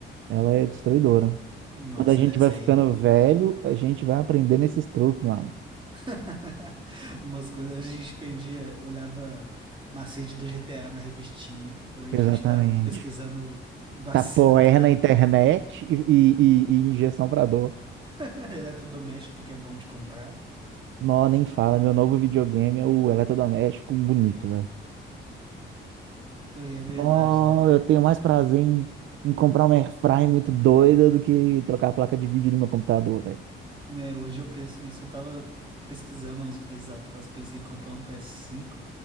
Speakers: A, on the right; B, on the right.
A: Ela é destruidora.
B: Nossa,
A: Quando a gente
B: essa
A: vai ficando
B: aí.
A: velho, a gente vai aprendendo esses truques, mano.
B: <laughs> Umas coisas. Antes a gente perdia, olhava macete do GTA na revistinha. Hoje
A: Exatamente.
B: a gente tá pesquisando vacina
A: Tapoer
B: <laughs> pra
A: na
B: dor
A: internet e, e, e- e injeção pra dor.
B: <laughs> eletrodoméstico que é bom de comprar.
A: Nó, nem fala. Meu novo videogame é o eletrodoméstico bonito, velho.
B: Foi, é verdade,
A: Nó,
B: né?
A: eu tenho mais prazer em, em comprar uma airfryer muito doida do que trocar a placa de vídeo do meu computador, velho.
B: Né, hoje eu penso isso, eu tava pesquisando há uns meses atrás, pensei em comprar um PS5,